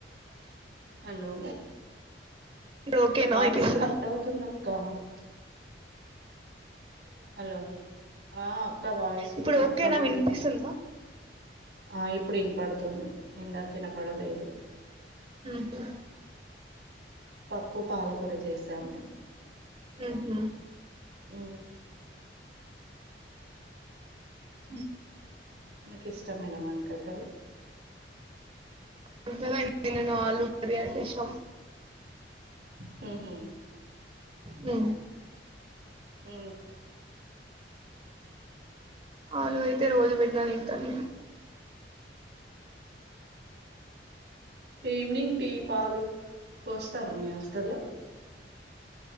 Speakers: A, on the right (about 75°); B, on the right (about 30°).
A: హలో
B: ఇప్పుడు ఓకేనా
A: వాయిసు
B: వినిపిస్తుందా
A: కట్వుతున్నప్పుడు కుక్క హలో ఆ అక్క వాయిసు
B: ఇప్పుడు
A: కట్
B: ఓకేనా
A: అవుతుంది
B: వినిపిస్తుందా
A: అప్పుడ పడుతుంది ఇందాక వినపడలేదు
B: మ్మ్ హ్
A: పప్పు పాలకూర చేసాం మేం
B: మ్మ్ హు
A: హూ
B: అ
A: నీకు ఇష్టమైన వంకయి కర్రీ
B: అంతగా ఏం తినను ఆలు కర్రీ అంటేం ఇష్టం
A: హ
B: హ
A: అ
B: ఆలూ అయితే రోజు పెట్టిన తింట నేను
A: ఈవినింగ్ టీ పాలు పోస్తా మీ హస్తటల్ల్లో